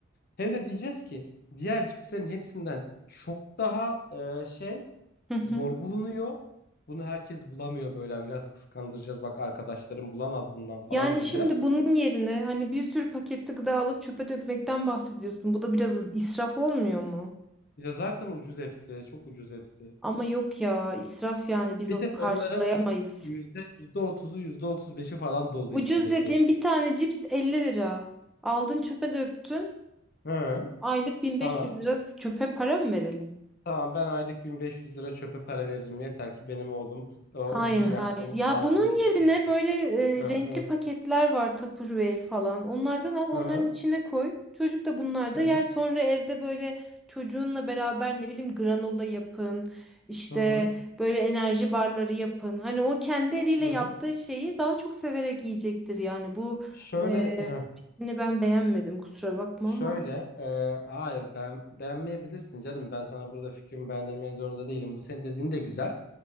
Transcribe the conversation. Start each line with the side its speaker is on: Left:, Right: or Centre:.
Left: Hem de diyeceğiz ki diğer cipslerin hepsinden çok daha e, şey
Centre: Hı hı.
Left: zor bulunuyor. Bunu herkes bulamıyor böyle biraz kıskandıracağız. Bak arkadaşlarım bulamaz bundan falan
Centre: Yani
Left: diyeceğiz.
Centre: şimdi bunun yerine hani bir sürü paketli gıda alıp çöpe dökmekten bahsediyorsun. Bu da biraz israf olmuyor mu?
Left: Ya zaten ucuz hepsi, çok ucuz hepsi.
Centre: Ama yok ya israf yani biz
Left: Bir
Centre: onu
Left: de
Centre: karşılayamayız.
Left: onların yüzde yüzde otuzu yüzde otuz beşi falan dolu
Centre: Ucuz
Left: içindeki.
Centre: dediğim bir tane cips 50 lira. Aldın çöpe döktün.
Left: Hı.
Centre: Aylık 1500
Left: Tamam.
Centre: lira çöpe para mı verelim?
Left: Tamam ben aylık 1500 lira çöpe para veririm yeter ki benim oğlum o, o
Centre: Hayır
Left: bizim
Centre: hayır.
Left: yaptığımız
Centre: Ya
Left: sağlıklı
Centre: bunun
Left: cipsi
Centre: yerine
Left: yesin.
Centre: böyle
Left: Hı
Centre: e, renkli
Left: hı.
Centre: paketler var Tupperware falan. Onlardan al, onların
Left: Hı hı.
Centre: içine koy. Çocuk da bunlarda
Left: Hı hı.
Centre: yer. Sonra evde böyle çocuğunla beraber ne bileyim granola yapın. İşte
Left: Hı hı.
Centre: böyle enerji barları yapın. Hani o kendi eliyle
Left: Hı
Centre: yaptığı
Left: hı.
Centre: şeyi daha çok severek yiyecektir yani. Bu
Left: Şöyle
Centre: e,
Left: hı.
Centre: fikrini ben beğenmedim kusura bakma
Left: Şöyle
Centre: ama.
Left: e, hayır ben beğenmeyebilirsin canım ben sana burada fikrimi beğendirmek zorunda değilim. Bu senin dediğin de güzel.